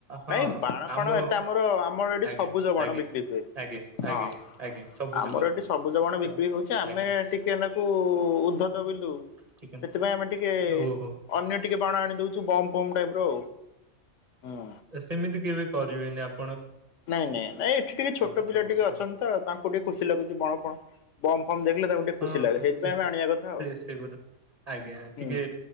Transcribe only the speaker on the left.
ନାଇଁ ବାଣ
ଫାଣ ଏତେ ଆମର ଆମର ଏଠି
ସବୁଜ ବାଣ
ବିକ୍ରି ହୁଏ।
ହଁ।
ଆମର
ଏଠି ସବୁଜ ବାଣ
ବିକ୍ରି ହଉଚି ଆମେ
ଟିକେ ନାକୁ ଉଦ୍ଧତ ବିଲୁ।
ସେଥିପାଇଁ ଆମେ ଟିକେ
ଅନ୍ୟ ଟିକେ ବାଣ ଆଣି ଦଉଚୁ ବମ୍ ପମ୍ ନାଇ ବ୍ରୋ। ହୁଁ।
ନାଇଁ ନାଇଁ ନାଇଁ ଏଠି ଟିକେ ଛୋଟ
ପିଲା
ଟିକେ ଅଛନ୍ତି ତ ତାଙ୍କୁ ଟିକେ ଖୁସି ଲାଗୁଚି ବାଣ ପାଣ। ବମ ଫମ ଦେଖିଲେ ତାକୁ ଟିକେ
ଖୁସି ଲାଗେ ସେଇଥିପାଇଁ
ଆମେ ଆଣିବା କଥା ଆଉ।
ହୁଁ